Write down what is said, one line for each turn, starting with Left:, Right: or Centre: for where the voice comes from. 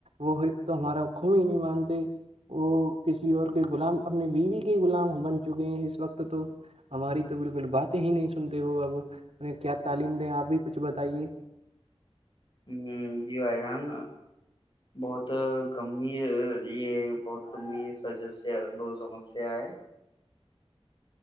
Right: وہ ایک تو ہمارا خب ہی نہیں مانتے وہ کسی اور کے غلام اپنی بیوی غلام بن چکے ہیں اس وقت تو ہماری تو بالکل بات ہی نہیں سنتے وہ اب انیں کیا تعلیم دیں آپ بھی کچھ بتائیے
Left: ہ جی بھائی جان بہت گمبھیر یہ بہت گمبھیر سجس ب سمسیا ہے